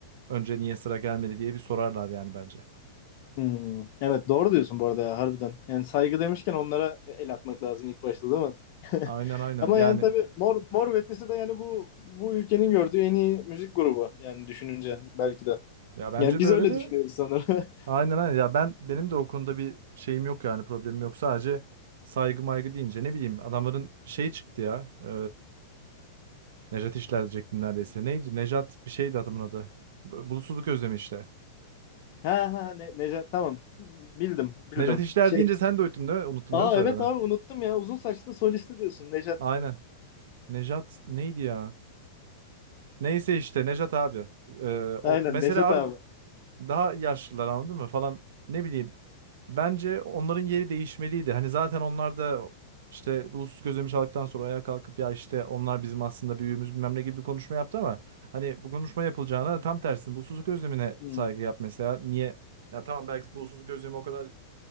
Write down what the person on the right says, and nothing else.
önce niye sıra gelmedi diye bir sorarlar yani bence.
Aynen aynen
yani
ya bence
de öyle
de
Aynen aynen ya ben benim de o konuda bir şeyim yok yani problemim yok sadece saygı maygı deyince ne bileyim adamların şey çıktı ya e, Nejat İşler diyecektim neredeyse neydi Nejat bir şeydi adamın adı Bu- Bulutsuzluk Özlemi işte
Nejat İşler
deyince sen de unuttun değil mi, unuttun
değil mi soyadını
aynen Nejat neydi ya neyse işte Nejat abi E, o,
mesela
abi
daha yaşlılar anladın mı falan ne bileyim Bence onların yeri değişmeliydi. Hani zaten onlar da işte ulusuz gözlemi çaldıktan sonra ayağa kalkıp ya işte onlar bizim aslında büyüğümüz bilmem ne gibi bir konuşma yaptı ama hani bu konuşma yapılacağına tam tersine ulusuzluk özlemine
saygı yap mesela. Niye? Ya tamam belki ulusuzluk özlemi o kadar